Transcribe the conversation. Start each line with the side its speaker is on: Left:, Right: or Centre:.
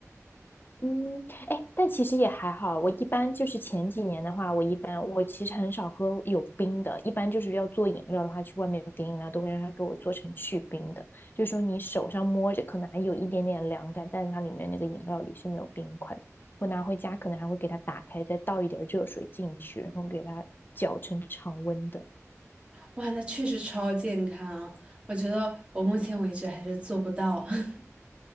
Left: 嗯，哎，但其实也还好。我一般就是前几年的话，我一般我其实很少喝有冰的，一般就是要做饮料的话，去外面点饮料都会让他给我做成去冰的，就是说你手上摸着可能还有一点点凉感，但是它里面那个饮料里是没有冰块的。我拿回家可能还会给它打开，再倒一点热水进去，然后给它搅成常温的。
Right: 哇，那确实超健康啊，我觉得我目前为止还是做不到。<laughs>